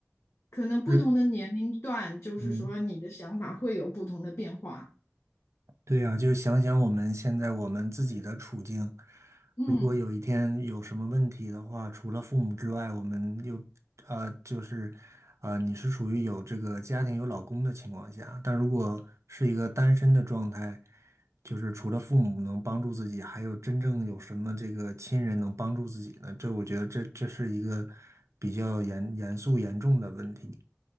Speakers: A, on the left; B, on the right.
A: 可能不同的年龄段，
B: 是，
A: 就是说你的想法会有不同的变化。
B: 嗯，对呀，就想想我们现在我们自己的处境，
A: 嗯。
B: 如果有一天有什么问题的话，除了父母之外，我们又呃就是，呃你是属于有这个家庭有老公的情况下，但如果是一个单身的状态，就是除了父母能帮助自己，还有真正有什么这个亲人能帮助自己呢？这我觉得这这是一个比较严严肃严重的问题。